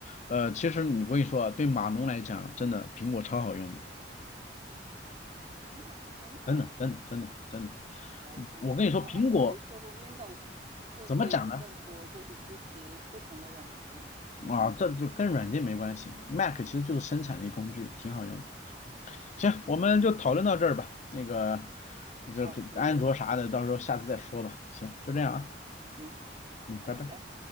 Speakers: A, on the left; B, on the right.
A: 呃，其实你我跟你说啊，对码农来讲，真的苹果超好用的，
B: 天哪，真的。
A: 真的，真的，真的，真的。
B: 好神奇！
A: 我跟你说，
B: 我还以为说
A: 苹果
B: Windows 会不会有更多就是支持不同的软件，
A: 怎么讲呢？
B: 比起苹果。
A: 啊，这就跟软件没关系，Mac 其实就是生产力工具，
B: 嗯，
A: 挺好用的。行，
B: 哦，
A: 我们就讨论到这儿吧。
B: 好的，
A: 那个，这这安卓啥的，
B: 好，行
A: 到时候下次再说吧。行，就这样啊，
B: 行，
A: 嗯，
B: 好嘞。
A: 拜拜。